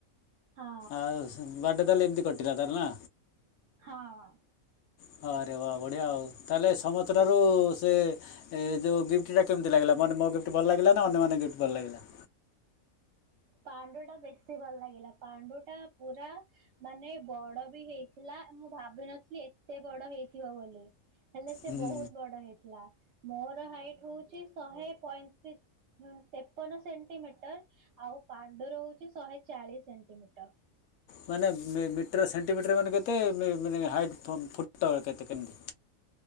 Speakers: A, on the right; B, on the left.
A: ହଁ
B: ଆଉ ବାଟ ତାହେଲେ ଏମିତି କଟିଲା ତାର ନା।
A: ହଁ।
B: ହଁରେ ବା ବଢିଆ ଆଉ ତାହେଲେ ସମସ୍ତ ାରୁ ସେ ଯୋଉ ଗିଫଟ। କେମତି ଲାଗିଲାନ ମୋ ଗି ଭଲ ଲିଲା ଅନ୍ୟମାନେେ ଗିଟ୍ ଭଲ ଲାଗିଲା।
A: ପାଣ୍ଡୁ ଟା ବେଶୀ ଭଲ ଲାଗିଲା। ପାଣ୍ଡୁ ଟା ପୁରା ମାନେ ବଡ ବି ହେଇଥିଲା ମୁଁ ଭାବିନଥିଲି ଏତେ ବଡ ହେଇଥିବ ବୋଲି। ହେଲେ ସେ
B: ହୁଁ
A: ବହୁତ ବଡ ହେଇଥିଲା। ମୋର ହାଇଟ ହଉଛି ଶହେ ପତି ତେପନ ସେଣ୍ ସେର ଆଉ ପାଣ୍ଡୁର ହଉଛି ଶହେ ଚାଳିଶ ସେଣ୍ଟିମିଟର
B: ମାନେ ମିଟର ସେଣ୍ଟିମିଟର ମାନେ କେତେ ମାନେ ହାଇଟ୍ ଫୁଟ କେତେ କେମିତି?